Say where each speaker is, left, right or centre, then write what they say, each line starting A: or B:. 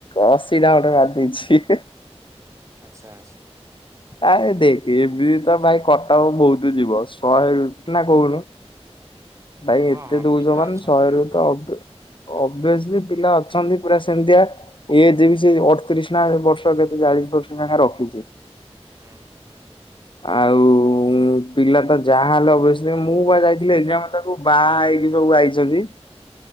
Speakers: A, on the left (about 50°); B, on the right (about 25°).
A: ଅଶୀ ଟା ଖଣ୍ଡେ ମାରି ଦେଇଛି
B: ଆଚ୍ଛା ଆଛା
A: ଆ ଦେଖେ ଏବେ ତ ଭାଇ କଟକ ବହୁତ ଯିବ ଶହେ ନା କହୁନୁ ଭାଇ
B: ହଁ
A: ଏତେ
B: ହଁ
A: ଦଉଛ
B: ପିଲା
A: ମାନେ
B: ଅଛନ୍ତି
A: ଶହେ
B: ନା
A: ରୁ ତ ଅ ଅଭ୍ରସି ପିଲା ଅଛନ୍ତି ପୁରା ସେମିତିଆ ଏ ଯେ ବି ସେ ଅଠତିରିଶ ନା ବର୍ଷ କେତେ ଚାଳିଶ ବର୍ଷ ଯାଙ୍କେ ରଖିଛି
B: ହଁ ହଁ
A: ଆଉ ପିଲା ତ ଯାହାହଲେ ଅବସ୍ୟ ମୁଁ ବା ଯାଇଥିଲି ଏ ତାକୁ ବାହା ହେଇକି ସବୁ ଆଇଛନ୍ତି